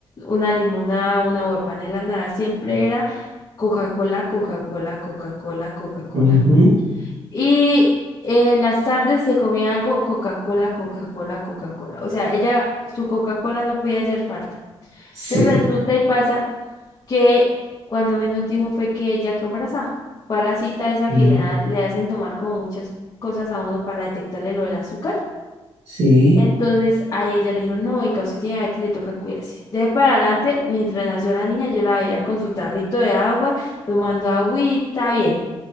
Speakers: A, on the left (about 35°); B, on the right (about 85°).
A: una limonada, una agua de panela, nada. Siempre era Coca-Cola, Coca-Cola, Coca-Cola, Coca-Cola.
B: ujú,
A: Y eh, en las tardes se comía algo, Coca-Cola, Coca-Cola, Coca-Cola. O sea, ella, su Coca-Cola no podía hacer falta.
B: Sí,
A: Entonces resulta y pasa que cuando menos dijo fue que ella quedó embarazada. Fue a la cita esa
B: sí,
A: que le, ha- le hacen tomar como muchas cosas a uno para detectarle lo del azúcar.
B: sí,
A: Entonces a ella le dijeron, no, venga, usted tiene diabetes, le toca cuidarse. De ahí para adelante, mientras nació la niña, yo la veía con su tarrito de agua, tomando agüita, bien.